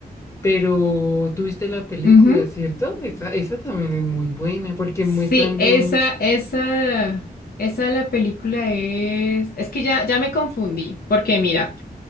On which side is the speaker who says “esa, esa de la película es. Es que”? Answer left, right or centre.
Left